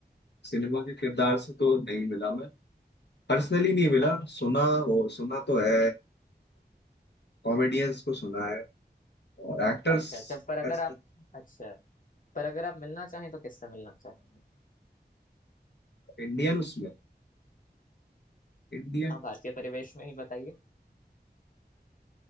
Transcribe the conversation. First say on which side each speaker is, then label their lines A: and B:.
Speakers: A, on the left; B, on the left.
A: सिनेमा के किरदार से तो नहीं मिला मैं पर्सनली नहीं मिला सुना हो सुना तो है कॉमेडियंस को सुना है और एक्टर्स
B: अच्छा अच्छा पर अगर
A: ऐसे
B: आप अच्छा पर अगर आप मिलना चाहें तो किससे मिलना चाहेंगे
A: इंडियन उसमें इंडियन
B: हाँ भारतीय परिवेश में ही बताइए